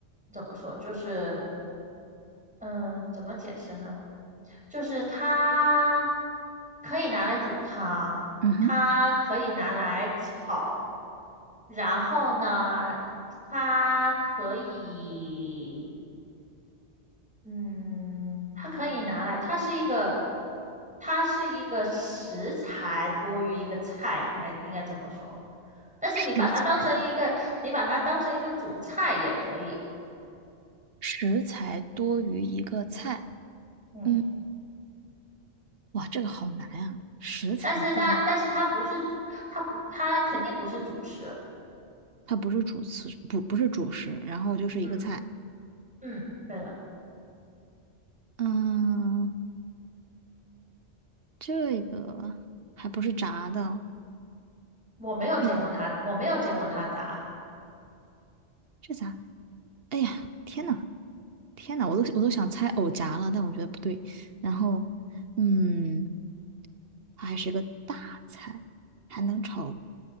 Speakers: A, in the centre; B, on the right.
A: 怎么说，就是嗯、呃怎么解释呢？就是它可以拿来煮汤，
B: 嗯哼，
A: 它可以拿来炒。然后呢，它可以，嗯，它可以拿来，它是一个，它是一个食材多于一个菜，应该应该这么说。但是你把它当成一个，
B: 食材
A: 你把它当成一个主菜也可以，
B: 食材多于一个菜。
A: 嗯，
B: 嗯。哇，这个好难啊！食材炖，
A: 但是它，但是它不是，它不，它肯定不是主食，
B: 它不是主食，不不是主食，然后就是一个菜。
A: 嗯嗯，对的，
B: 嗯，这个还不是炸的，
A: 我没有见过它，
B: 还可以，
A: 我没有见过它炸。
B: 这咋？哎呀，天呐，天呐，我都我都想猜藕夹了，但我觉得不对。然后，嗯，它还是个大菜，还能炒